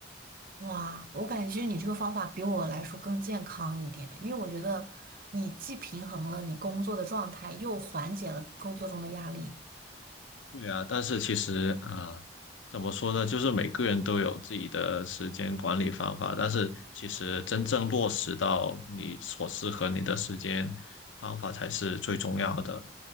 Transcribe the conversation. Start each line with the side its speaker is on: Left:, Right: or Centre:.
Right: 哇，我感觉其实你这个方法比我来说更健康一点，因为我觉得你既平衡了你工作的状态，又缓解了工作中的压力。
Left: 对啊，但是其实啊、呃怎么说呢？就是每个人都有自己的时间管理方法，但是其实真正落实到你所适合你的时间方法才是最重要的。